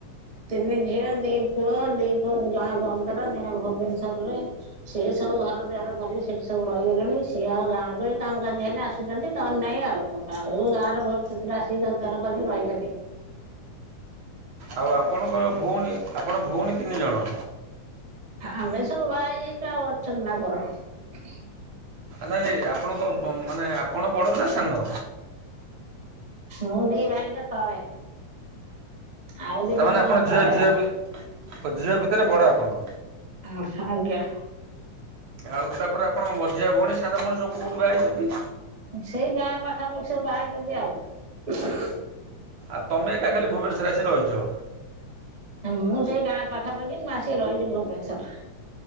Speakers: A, on the right; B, on the right.
A: ତିନି ଝିଅ ଦି ପୁଅ ଦିଅ ଜଣେ ବମ୍ବେରେ ଜଣେ ଭୁବନେଶରରେ। ସିଏ ସବୁ ଘର ଦୁଆର କରିକି ସେଠି ସବୁ ରହିଗଲେଣି ସିଏ ଆଉ ଗାଁକୁଆସିବେ କାମ କାର୍ଯ୍ୟ ହେଲେ ଆସୁ ଆସୁଚନ୍ତି ନହେଲେ ନାଇଁ ଆଉ, ଆଉ ଗାଁରେ ଭବିଷ୍ୟତରେ ଆସିକି ଘରଦ୍ୱାର କରିବେ। ରହିବେନି।
B: ଆଉ ଆପଣଙ୍କ ଭଉଣୀ ଆପଣ ଭଉଣୀ ତିନି ଜଣ?
A: ଆମେ ସବୁ ବାହା ହେଇ ଯାଇଛୁ ଆଉ ଅଛନ୍ତି ନା କଣ।
B: ନା ନାଇଁ ଆପଣଙ୍କ କ ମାନେ ଆପଣ ବଡ଼ ନା ସାନ?
A: ମୁଁ ଦି ଭାଇଙ୍କ ତଳେ ଆଉ ଦି
B: ତାମାନେ
A: ଜଣ
B: ଆପଣ
A: ମୋ
B: ଝିଅ
A: ତଳେ
B: ଝିଅ
A: ଆଉ।
B: ବି- ଓ ଝିଅ ଭିତରେ ବଡ ଆପଣ?
A: <unintelligible> ଆଜ୍ଞା।
B: ଆଉ ତାପରେ ଆପଣଙ୍କ ମଝିଆ ଭଉଣୀ ସାନ ଭଉଣୀ ସବୁ କୋଉଠି ବାହା ହେଇଛନ୍ତି?
A: ସେଇ ଗାଁ ପାଖାପାଖି ସବୁ ବାହାହେଇଛନ୍ତି ଆଉ।
B: ଆଉ ତମେ ଏକା ଖାଲି ଭୁବନେଶ୍ୱରେ ଆସିି ରହିଛ?
A: ମୁଁ ସେଇ ଗାଁ ପାଖାପାଖି ମୁଁ ଆସିକି ରହିଛି ଭୁବନେଶ୍ୱର।